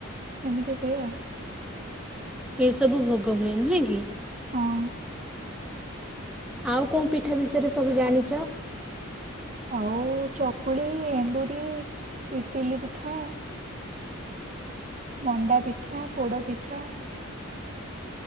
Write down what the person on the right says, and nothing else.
ଏମିତି ହୁଏ ଆଉ।
ହଁ।
ଆଉ ଚକୁଳି, ଏଣ୍ଡୁରି, ଇଟିଲି ପିଠା ମଣ୍ଡା ପିଠା, ପୋଡ ପିଠା